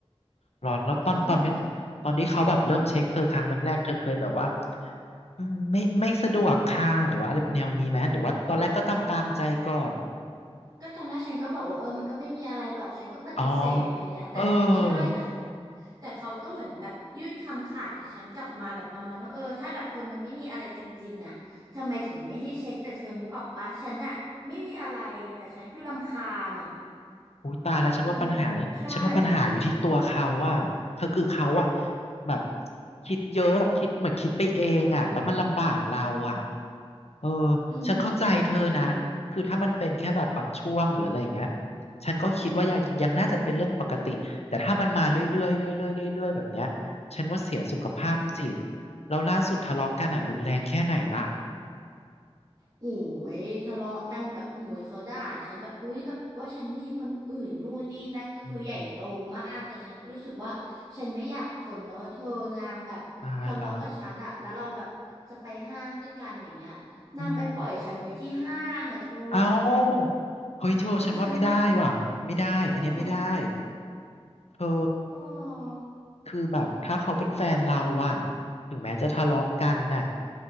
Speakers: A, on the left; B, on the right.
A: หรอแล้วตอนตอนเป็นตอนที่เขาแบบเริ่มเช็คเธอครั้งแรกๆเธอเคยแบบว่า
B: ฉันแบบ
A: อืมไม่ไม่สะดวกค่ะหรือว่าอะไรแนวนี้ไหมหรือว่าตอนแรกก็ตามตามใจก่อน
B: ก็ตอนแรกฉันก็บอกว่าเออมันก็ไม่มีอะไรหรอกฉันก็ปฏิเสธไปนะแต่ใช่แต่
A: อ๋อเออ
B: แต่เขาก็เหมือนแบบยื่นคำขาดกับฉันกลับมาแบบประมาณว่าเออถ้าแบบคนมันไม่มีอะไรจริงๆอะทำไมถึงไม่ให้เช็คแต่เธอนึกออกปะฉันอะไม่มีอะไรไงแต่ฉันคือรำคาญอะ
A: อุ้ยตายแล้วฉันว่าปัญหาฉันว่าปัญหาอยู่ที่ตัวเขาอ่ะเขาคือเขาอ่ะ
B: เธอนึกใช่
A: แบบคิดเยอะอะคิดเหมือนคิดไปเองอ่ะแล้วมันลำบากเราอ่ะเออ
B: อืม
A: ฉันเข้าใจเธอนะคือถ้ามันเป็นแค่แบบบางช่วงหรืออะไรอย่างเงี้ย
B: จริง
A: ฉันก็คิดว่ายังยังน่าจะเป็นเรื่องปกติแต่ถ้ามันมาเรื่อยๆเรื่อยๆเรื่อยๆแบบเนี้ยฉันว่าเสียสุขภาพจิตแล้วล่าสุดทะเลาะกันอ่ะรุนแรงแค่ไหนล่ะ
B: โอ้ยทะเลาะกันแบบโอ้ยเขาด่าฉันแบบอุ้ยแบบว่าฉันมีคนอื่นนู่นนี่นั่นก็คือใหญ่โตมากแต่ฉันก็รู้สึกว่าฉันไม่อยากทนแล้วว่าเธอนางแบบทะเลาะกับฉันอะแล้วเราแบบจะไปห้างด้วยกันอย่างเงี้ยนางไปปล่อยฉันไว้ที่ห้างอะเธอ
A: อืมตายแล้วอืม เอาเฮ้ยเธอฉันว่าไม่ได้ว่ะไม่ได้อันเนี้ยไม่ได้
B: แล้วฉันแบบได้ไหม
A: เธอ
B: โอ้อ
A: คือแบบถ้าเขาเป็นแฟนเราอะถึงแม้จะทะเลาะกันน่ะ